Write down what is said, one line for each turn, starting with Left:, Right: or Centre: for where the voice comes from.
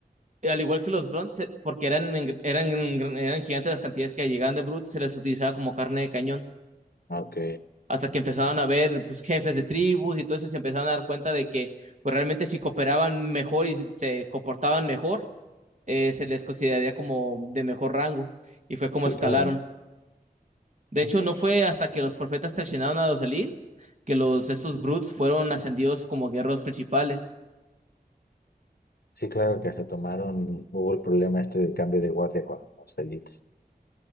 Right: al igual que los Grunts, se- porque eran, en- eran, en- eran gigantes las cantidades que llegaban de Brutes, se les utilizaba como carne de cañón.
Left: Ok.
Right: Hasta que empezaron a ver pues, jefes de tribus y todo eso, y se empezaron a dar cuenta de que pues, realmente si cooperaban mejor y se comportaban mejor eh, se les consideraría como de mejor rango y fue como
Left: Sí,
Right: escalaron.
Left: claro.
Right: De
Left: No,
Right: hecho,
Left: Pues,
Right: no fue hasta que los profetas traicionaron a los elites que los estos brutes fueron ascendidos como guerreros principales.
Left: sí, claro que hasta tomaron, hubo el problema este del cambio de guardia con los elites.